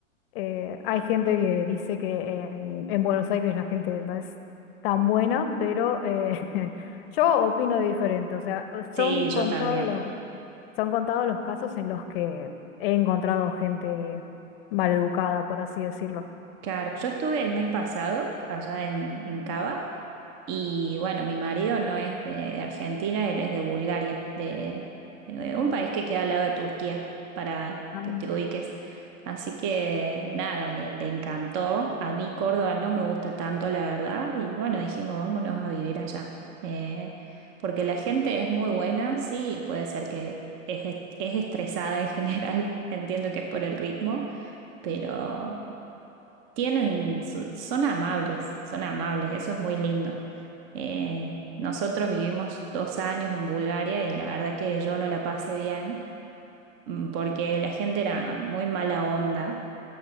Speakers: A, on the left; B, on the right.
A: Eh, hay gente que dice que en, en Buenos Aires la gente no es tan buena, pero eh, <laughs> yo opino diferente. O sea, son
B: Sí, yo
A: contados
B: también.
A: los, son contados los casos en los que he encontrado gente maleducada, por así decirlo.
B: Claro, yo estuve el mes pasado allá en, en Cava y bueno, mi marido no es de, de Argentina, él es de Bulgaria, de, de un país que queda al lado de Turquía, para
A: Ah.
B: que te ubiques. Así que nada, le, le encantó. A mí Córdoba no me gusta tanto, la verdad, y bueno, dijimos, vámonos a vivir allá. Eh, porque la gente es muy buena, sí, puede ser que es, est- es estresada en general, <laughs> entiendo que es por el ritmo, pero... Tienen su- son amables, son amables, eso es muy lindo. Eh, nosotros vivimos dos años en Bulgaria y la verdad que yo no la pasé bien mm, porque la gente era muy mala onda